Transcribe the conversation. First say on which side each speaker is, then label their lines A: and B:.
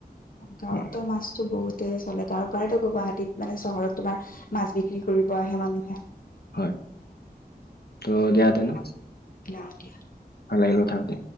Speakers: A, on the left; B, on the left.
A: গাঁৱত
B: অ
A: ত' মাছতো বহুত! চলে। গাঁৱৰ পৰাইতো গৈ গুৱাহাটীত মানে, চহৰত তোমাৰ, মাছ বিক্ৰী কৰিব আহে মানুহে।
B: হয়! ত' দিয়াতে ন'?
A: লা দিয়া।
B: ভাল লাগিল কথা পাতি।